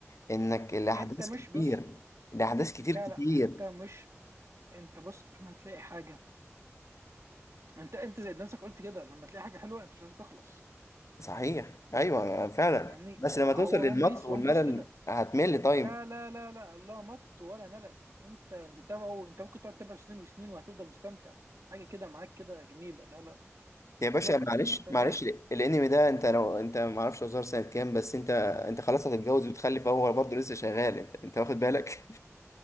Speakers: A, on the left; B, on the right.
A: انك الاحداث
B: أنت مش
A: كتير
B: بص
A: الاحداث كتير
B: لا
A: كتير
B: لا أنت مش أنت بص لما تلاقي حاجة أنت أنت زي نفسك قلت كده لما تلاقي حاجة حلوة أنت مش عايز تخلص
A: صحيح ايوه فعلا
B: فاهمني
A: بس لما
B: آه،
A: توصل
B: هو
A: للمط
B: ون بيس
A: والملل
B: ون بيس كده
A: هتمل طيب
B: لا لا لا لا لا مط ولا ملل أنت بتابعه أنت ممكن تقعد تتابع سنين وسنين وهتفضل مستمتع حاجة كده معاك كده جميلة لا لا لا
A: يا باشا
B: إطلاقا
A: معلش
B: صدقني
A: معلش ال- الانمي ده انت لو انت ما اعرفش هو ظهر سنه كام بس انت انت خلاص هتتجوز وتخلف هو برضه لسه شغال انت, انت واخد بالك